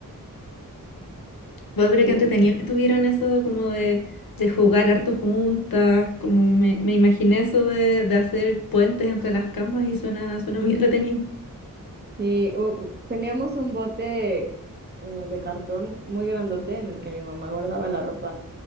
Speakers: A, on the left; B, on the right.
A: Bueno, pero
B: Tú-
A: qué entretenido que tuvieran eso como de, de jugar harto juntas, como me, me imaginé eso de, de hacer puentes entre las camas y suena, suena muy entretenido.
B: Sí, u- teníamos un bote eh, de cartón muy grandote en el que mi mamá guardaba la ropa.